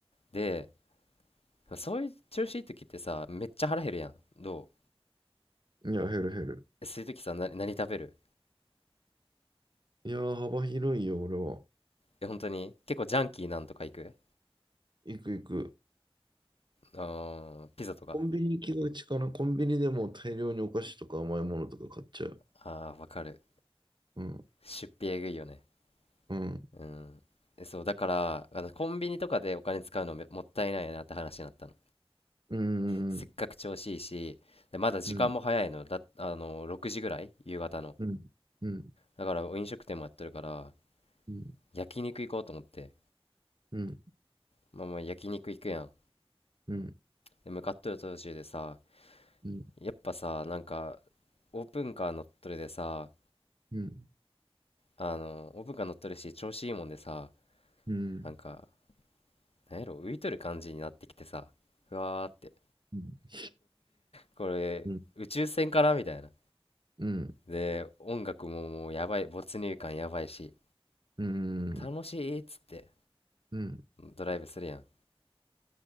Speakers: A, on the left; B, on the right.
A: で、そういう調子いい時ってさ、めっちゃ腹減るやん。ど
B: いや、減る減る。
A: えそういう時さ、な、何食べる
B: いやー、幅広いよ、俺は。
A: え、本当に結構ジャンキーなんとか行く
B: 行く行く。
A: あー、ピザとか。
B: コンビニ行きがちかな。コンビニでもう大量にお菓子とか甘いものとか買っちゃう。
A: あー、わかる。
B: うん、
A: 出費えぐいよね。
B: うん、
A: うん。え、そう、だから、あの、コンビニとかでお金使うのめもったいないなって話になったの。
B: うん、うん、
A: せっかく調子いいし、で、まだ時間も早いの。
B: うん、
A: だ、あの、6時ぐらい夕方の。
B: うん、うん、
A: だから、飲食店もやってるから、
B: うん、
A: 焼肉行こうと思って。
B: うん、
A: まあまあ、焼肉行くやん。
B: うん、
A: で、向かっとる途中でさ、
B: うん、
A: やっぱさ、なんか、オープンカー乗っとるでさ、
B: うん、
A: あのオブが乗っとるし調子いいもんでさ
B: うん、うん、
A: なんかなんやろ浮いとる感じになってきてさふわーって
B: う
A: これ宇宙船かなみたいな
B: ん、うん、
A: で音楽ももうやばい没入感やばいし
B: うん、
A: 楽しいっつって
B: うん、
A: ドライブするやん